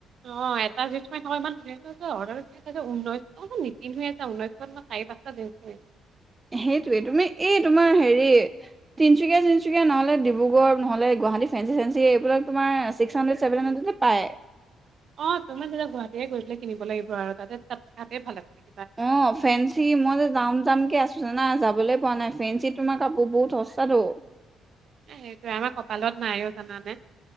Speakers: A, on the right; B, on the right.
A: অ এটা জিন্চ মই থকা ইমান শুনি <unintelligible> আছোঁ যে ঘ ঊনৈশ নীতিন হৈ আছে ঊনৈশত মই চাৰি পাঁচটা জ কিনিছো <inaudible>
B: সেইটোৱে তুমি এই তোমাৰ হেৰি তিনিচুকীয়া চিনচুকীয়া নহ'লে ডিব্ৰুগড় নহ'লে গুৱাহাটী ফেঞ্চি চেঞ্চি এইবিলাক তোমাৰ ছিক্স হাণ্ড্ৰেড ছেভেন হাণ্ড্ৰেডতে পায়
A: অ তোমাৰ তেতিয়া গুৱাহাটীয়ে গৈ পেলাই কিনিব লাগিব আৰু তাতে তাত তাতে ভাল আছে
B: অ ফেণ্সি মই যে যাম যাম কে আছোঁ জানা যাবলে পোৱা নাই ফেঞ্চি তোমাক কাপোৰ বহুত সস্তাটো
A: এ সেইটোয়ে আমাৰ কপালত নাই অ জানানে